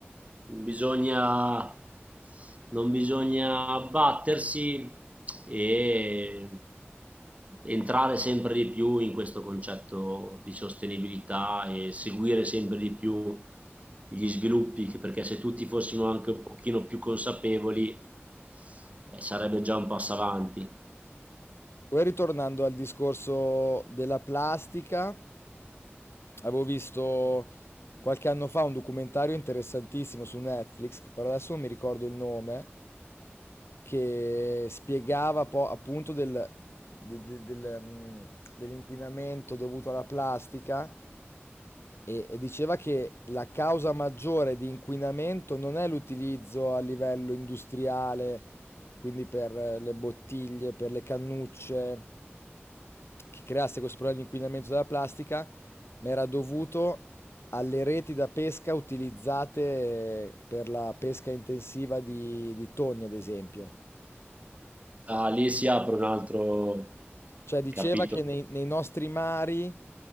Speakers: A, on the right; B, on the left.
A: non bisogna, non bisogna abbattersi e entrare sempre di più in questo concetto di sostenibilità e seguire sempre di più gli sviluppi, che- perché se tutti fossimo anche un pochino più consapevoli, eh, sarebbe già un passo avanti.
B: Poi ritornando al discorso della plastica, avevo visto qualche anno fa un documentario interessantissimo su Netflix, che però adesso non mi ricordo il nome, che spiegava po- appunto del- de- de- del, mm, dell'inquinamento dovuto alla plastica E, e diceva che la causa maggiore di inquinamento non è l'utilizzo a livello industriale, quindi per eh, le bottiglie, per le cannucce, che creasse questo problema di inquinamento della plastica, ma era dovuto alle reti da pesca utilizzate eh, per la pesca intensiva di, di tonni, ad esempio.
A: Ah, lì si apre un altro
B: Cioè, diceva
A: capitolo
B: che nei, nei nostri mari